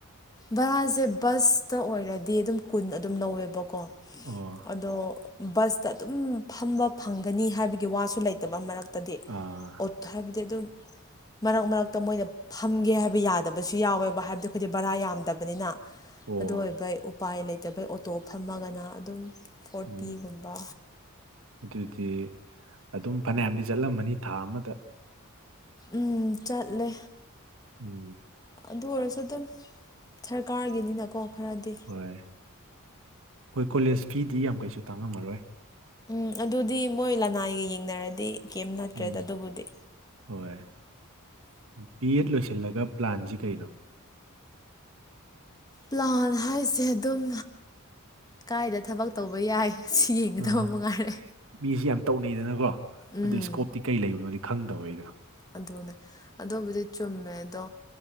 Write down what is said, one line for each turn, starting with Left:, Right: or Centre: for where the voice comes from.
Left: ꯚꯔꯥꯁꯦ ꯕꯁꯇ ꯑꯣꯏꯔꯗꯤ ꯑꯗꯨꯝ ꯀꯨꯟ ꯑꯗꯨꯝ ꯂꯧꯋꯦꯕꯀꯣ
Right: ꯑꯣ
Left: ꯑꯗꯣ ꯕꯁꯇ ꯑꯗꯨꯝ ꯐꯝꯕ ꯐꯪꯒꯅꯤ ꯍꯥꯏꯕꯒꯤ ꯋꯥꯁꯨ ꯂꯩꯇꯕ ꯃꯔꯛꯇ ꯇꯗꯤ
Right: ꯑꯥ
Left: ꯑꯣꯠꯇ ꯍꯥꯏꯕꯗꯤ ꯑꯗꯨꯝ ꯃꯔꯛ ꯃꯔꯛꯇ ꯃꯣꯏꯅ ꯐꯝꯒꯦ ꯍꯥꯏꯕ ꯌꯥꯗꯕꯁꯨ ꯌꯥꯎꯋꯦꯕ ꯍꯥꯏꯕꯗꯤ ꯑꯩꯈꯣꯏꯗꯤ ꯕꯔꯥ ꯌꯥꯝ ꯄꯥꯝꯗꯕꯅꯤꯅ
Right: ꯑꯣ
Left: ꯑꯗꯨ ꯑꯣꯏꯕ ꯎꯄꯥꯏ ꯂꯩꯇꯕꯩ ꯑꯣꯇꯣ ꯐꯝꯃꯒꯅ ꯑꯗꯨꯝ ꯐꯣꯔꯇꯤꯒꯨꯝꯕ
Right: ꯎꯝ ꯑꯗꯨꯗꯤ ꯑꯗꯨꯝ ꯐꯅꯌꯥꯝꯗꯤ ꯆꯠꯂꯝꯕꯅꯤ ꯊꯥ ꯑꯃꯗ
Left: ꯎꯝ ꯆꯠꯂꯦ
Right: ꯎꯝ
Left: ꯑꯗꯨ ꯑꯣꯏꯔꯁꯨ ꯑꯗꯨꯝ ꯁꯔꯀꯥꯔꯒꯤꯅꯤꯅꯀꯣ ꯈꯔꯗꯤ
Right: ꯍꯣꯏ ꯍꯣꯏ ꯀꯣꯂꯦꯖ ꯐꯤꯗꯤ ꯌꯥꯝ ꯀꯩꯁꯨ ꯇꯥꯡꯉꯝꯃꯔꯣꯏ
Left: ꯎꯝ ꯑꯗꯨꯗꯤ ꯃꯣꯏ ꯂꯅꯥꯏꯒ ꯌꯦꯡꯅꯔꯗꯤ ꯀꯩꯝ ꯅꯠꯇ꯭ꯔꯦꯗ
Right: ꯎꯝ
Left: ꯑꯗꯨꯕꯨꯗꯤ
Right: ꯍꯣꯏ ꯕꯤ ꯑꯦꯠ ꯂꯣꯏꯁꯤ ꯁꯤꯜꯂꯒ ꯄ꯭ꯂꯥꯟꯁꯤ ꯀꯩꯅꯣ
Left: ꯄ꯭ꯂꯥꯟ ꯍꯥꯏꯁꯦ ꯑꯗꯨꯝ ꯀꯥꯏꯗ ꯊꯕꯛ ꯇꯧꯕ ꯌꯥꯏ ꯁꯤ ꯌꯦꯡꯒꯗꯕ
Right: ꯎꯥ
Left: ꯃꯉꯥꯏꯔꯦ
Right: ꯃꯤꯁꯤ ꯌꯥꯝ ꯇꯧꯅꯩꯗꯅꯀꯣ
Left: ꯎꯝ
Right: ꯑꯗꯨ ꯏꯁꯀꯣꯞꯇꯤ ꯀꯩ ꯂꯩꯕꯅꯣ ꯈꯪꯗꯕꯩꯗ
Left: ꯑꯗꯨꯅꯦ ꯑꯗꯨꯕꯨꯗꯤ ꯆꯨꯝꯃꯦ ꯑꯗꯣ